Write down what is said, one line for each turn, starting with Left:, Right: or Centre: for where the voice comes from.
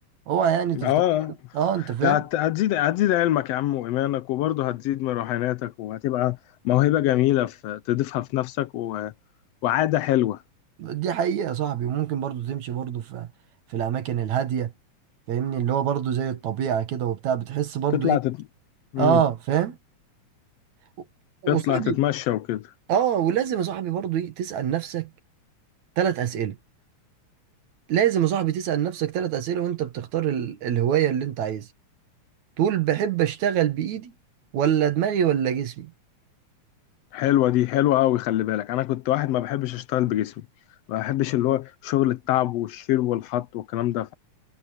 Right: اوعى يعني تفتكر
Left: اه
Right: اه انت فاهم
Left: ده هت- هتزيد هتزيد علمك يا عم وإيمانك وبرضه هتزيد من روحانيتك وهتبقى موهبة جميلة في تضيفها في نفسك و... وعادة حلوة
Right: دي حقيقة يا صاحبي وممكن برضو تمشي برضو في في الأماكن الهادية فاهمني اللي هو برضو زي الطبيعة كده وبتاع بتحس برضو
Left: تطلع
Right: إيه
Left: تت... مم.
Right: آه فاهم و- وصاحبي
Left: تطلع تتمشى وكده
Right: آه ولازم يا صاحبي برضو إيه تسأل نفسك ثلاث أسئلة لازم يا صاحبي تسأل نفسك ثلاث أسئلة وأنت بتختار ال... الهواية اللي أنت عايزها تقول بحب أشتغل بإيدي ولا دماغي ولا جسمي
Left: حلوة دي حلوة أوي خلي بالك أنا كنت واحد ما بحبش أشتغل بجسمي ما بحبش اللي هو شغل التعب والشيل والحط والكلام ده